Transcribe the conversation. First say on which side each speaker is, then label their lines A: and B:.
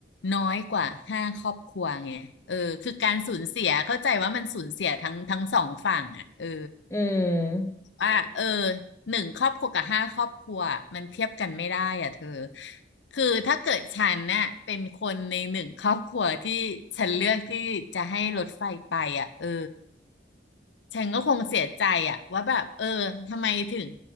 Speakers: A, on the left; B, on the left.
A: น้อยกว่าห้าครอบครัวไงเออคือการสูญเสียเข้าใจว่ามันสูญเสียทั้งทั้งสองฝั่งอ่ะเออ
B: อืม
A: ว่าเออหนึ่งครอบครัวกับห้าครอบครัวมันเทียบกันไม่ได้อ่ะเธอคือถ้าเกิดฉันเนี่ยเป็นคนในหนึ่งครอบครัวที่ฉันเลือกที่จะให้รถไฟไปอ่ะเออฉันก็คงเสียใจอ่ะว่าแบบเออทำไมถึง